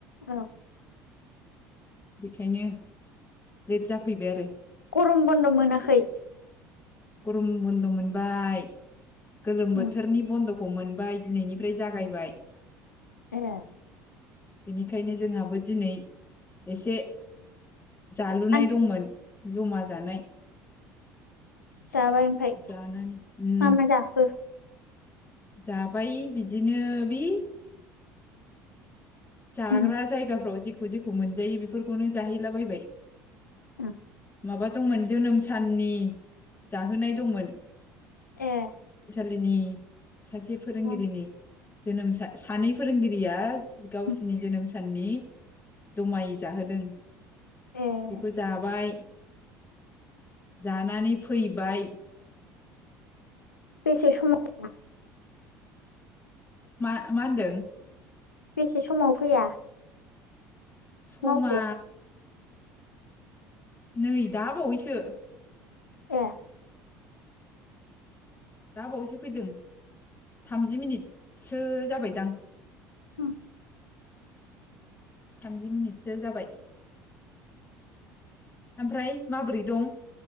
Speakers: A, on the left (about 85°); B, on the left (about 25°).
A: औ।
B: बेखायनो लेट जाफैबाय आरो।
A: गरम बन्द' मोनाखै?
B: गरम बन्द' मोनबाय गोलोम
A: उम
B: बोथोरनि बन्द' खौ मोनबाय दिनैनिफ्राय जागायबाय।
A: ए।
B: बेनिखायनो जोंहाबो दिनै एसे जालुनाय
A: आं
B: दंमोन जमा जानाय।
A: जाबाय ओमफाय
B: जानानै उम
A: मा मा जाखो
B: जाबाय बिदिनो बि जाग्रा
A: उम
B: जायगाफ्राव जेखौ जेखौ मोनजायो बेफोरखौनो जाहैलाबायबाय।
A: औ।
B: माबा दंमोन जोनोम साननि जाहोनाय दंमोन।
A: ए।
B: रिनि सासे फोरोंगिरिनि
A: उम
B: जोनोम सानै फोरोंगिरिया गावसिनि
A: उम
B: जोनोम साननि जमायै जाहोदों।
A: ए
B: बेखौ जाबाय जानानै फैबाय।
A: बेसे समाव
B: मा मा होनदों?
A: बेसे समाव फैया?
B: समा
A: मावख'आव
B: नै दा बावैसो।
A: ए
B: दा बावैसो फैदों थामजि मिनिटसो जाबायदां।
A: उम
B: थामजि मिनिटसो जाबाय। ओमफ्राय माबोरै दं?